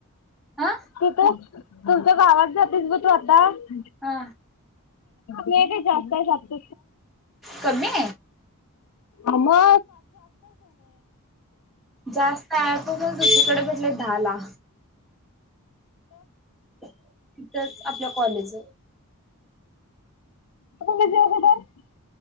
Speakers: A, in the centre; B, on the left.
A: हा
B: तिथं तुमच्या <unintelligible>
A: हा
B: म जास्त आहेगत
A: कमि
B: आमा
A: जास्त आहे तकडे म्हटले दहा ला तथच आपलं कॉलेज
B: जड